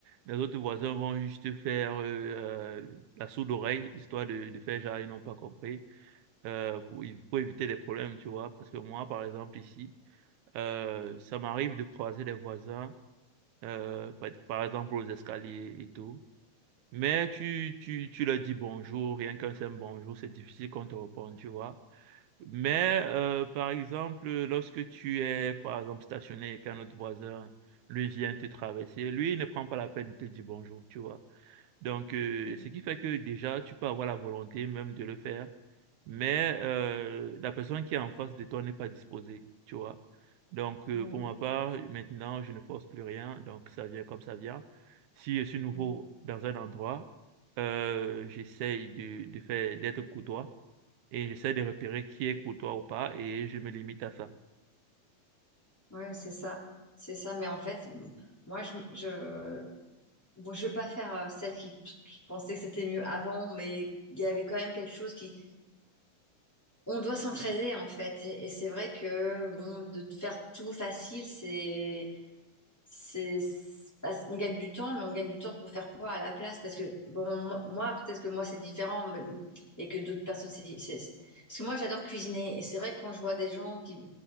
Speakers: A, on the right; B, in the centre.
A: les autres voisins vont juste faire euh, euh, la sourde oreille, histoire de, de faire genre, ils n'ont pas compris, euh, pour, évi- pour éviter des problèmes, tu vois. Parce que moi, par exemple, ici, euh, ça m'arrive de croiser les voisins, euh, par, par exemple, aux escaliers et tout. Mais tu, tu, tu leur dis bonjour, rien qu'un simple bonjour, c'est difficile qu'on te réponde, tu vois. Mais euh, par exemple, lorsque tu es, par exemple, stationné et qu'un autre voisin, lui vient te traverser, lui, il ne prend pas la peine de te dire bonjour, tu vois. Donc, euh,
B: Mm,
A: ce qui fait que déjà, tu peux avoir la volonté même de le faire, mais euh, la personne qui est en face de toi n'est pas disposée, tu vois. Donc, euh,
B: mm,
A: pour ma part, maintenant, je ne force plus rien, donc ça vient comme ça vient. Si je suis nouveau
B: mm.
A: dans un endroit, euh, j'essaye de, de faire, d'être courtois et j'essaie de repérer qui est courtois ou pas et je me limite à ça.
B: Ouais, c'est ça, c'est ça. Mais en fait, m- moi, je, je, bon, je veux pas faire euh, celle qui t- t- pensait que c'était mieux avant, mais il y avait quand même quelque chose qui, on doit s'entraider en fait. Et, et c'est vrai que bon, de te faire tout facile, c'est c'est bah, c'est- on gagne du temps mais on gagne du temps pour faire quoi à la place parce que bon moi moi, peut-être que moi c'est différent mais- et que d'autres personnes c'est di- c'est- c'est- parce que moi j'adore cuisiner et c'est vrai que quand je vois des gens qui